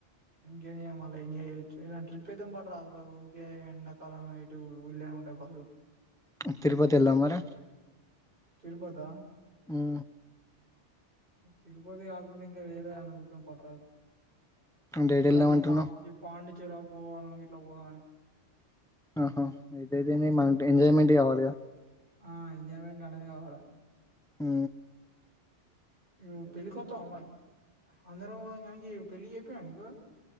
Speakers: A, on the right; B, in the centre.
A: ఏ మళ్ళ ఎంజాయ్ చేయొచ్చు ట్రిప్ ఏదాం పట్టా రాదు ఊర ఊకే ఎండకాలం ఇటు ఊలనే ఉండే బదులు
B: తిరుపతి వెళదాం మరే
A: తిరుపతా
B: ఉ
A: తిరుపతి గాకుంటే ఇంక వేర్ దా ఏమన్నా చూదాం పట్టరాదు
B: అంటే ఎటు
A: ఇలాగే
B: వెళ్దాం అంటున్నావ్
A: ప పాండి <unintelligible> గోవనో ఇట్ల పోదాం అని
B: ఆహా ఏదైతేనే మట్ ఎంజాయ్మెంట్ కావాలి గా
A: ఆ ఎంజాయ్మెంట్ అనే కావలి
B: ఉ
A: నువ్ పెళ్ళి కొత్తవ మ అందరం <unintelligible> పెళ్లి కి చెప్పింరా నీకు